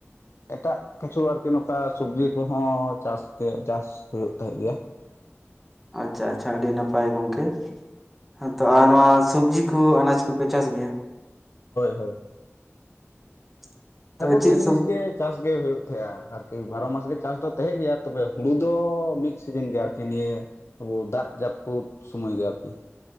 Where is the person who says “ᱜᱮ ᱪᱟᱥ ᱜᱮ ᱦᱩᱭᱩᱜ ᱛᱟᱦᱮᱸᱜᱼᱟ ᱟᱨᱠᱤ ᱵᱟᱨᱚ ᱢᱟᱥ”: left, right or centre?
Left